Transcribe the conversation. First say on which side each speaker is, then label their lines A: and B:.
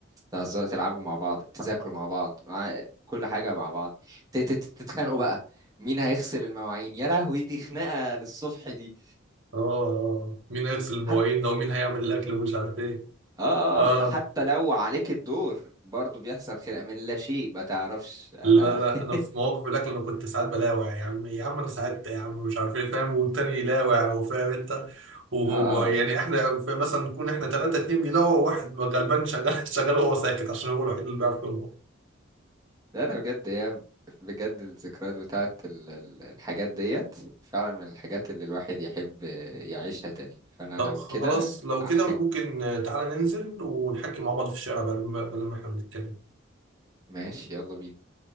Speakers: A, on the right; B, on the right.
A: تهزروا تلعبوا مع بعض تذاكروا مع بعض مع كل حاجه مع بعض ت- ت- ت- تتخانقوا بقى مين هيغسل المواعين يا لهوي دي خناقه للصبح دي
B: اه اه آه. مين هيغسل المواعين
A: حتى
B: ده ومين هيعمل الاكل ومش عارف ايه
A: اه
B: اه
A: اه حتى لو عليك الدور برضو بيحصل خناقه من لا شيء ما تعرفش هتع-
B: لا لا
A: <laughs>
B: انا في مواقف الاكل انا كنت ساعات بلاوع يا عم يا عم انا ساعات يا عم مش عارف ايه فاهم والتاني يلاوع وفاهم انت وهو
A: اه اه
B: يعني احنا في- مثلا نكون احنا ثلاثه اتنين بيلاوع وواحد غلبان شغال <laughs> شغال وهو ساكت عشان هو الوحيد اللي بيعرف يطبخ
A: لا لا بجد هي بجد الذكريات بتاعت ال- ال- الحاجات ديت فعلا من الحاجات اللي الواحد يحب يعيشها تاني فأنا
B: طب
A: لو
B: خلاص
A: كده
B: لو كده
A: أحب
B: ممكن تعالى ننزل ونحكي مع بعض في الشارع بدل ما بدل ما احنا بنتكلم
A: ماشي يلا بينا